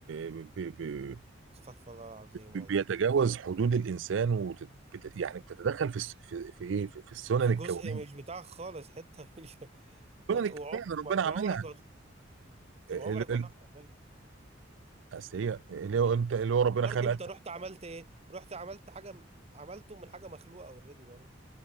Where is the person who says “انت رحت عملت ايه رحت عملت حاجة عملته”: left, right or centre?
Right